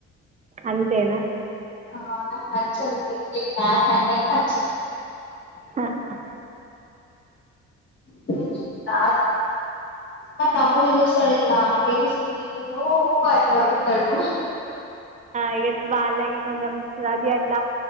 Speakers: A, on the right; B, on the left.
A: అంతేనా
B: ఆ నాకు నచ్చదు క్రికెట్ మ్యాచ్ అంటేనే నచ్చదు
A: హ హ
B: తెజు తాత్ మా తమ్ముడు చూస్తాడిట్లా గెలుస్తది టీము ఉకే ఇట్లా ఒర్రుతాడు
A: ఇగ వాళ్ళకి కొంచం అది అట్ల